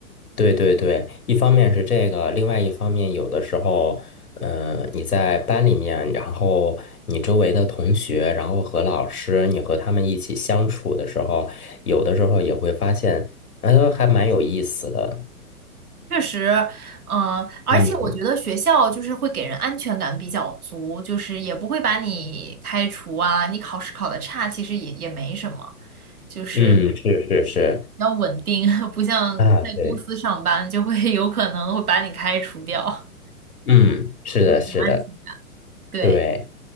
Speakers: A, on the left; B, on the right.
A: 对对对，一方面是这个，另外一方面，有的时候，嗯，你在班里面，然后你周围的同学，然后和老师，你和他们一起相处的时候，有的时候也会发现，呃，还蛮有意思的。
B: 确实，嗯，而且我觉得学校就是会给人安全感比较足，
A: 嗯
B: 就是也不会把你开除啊，你考试考得差其实也也没什么，就是。
A: 嗯，是是是，
B: 比较稳定，<laughs> 不像在公司上班就会
A: 啊，对，
B: <laughs> 有可能会把你开除掉。
A: 嗯，是的，
B: <laughs>
A: 是的。
B: 对，
A: 对，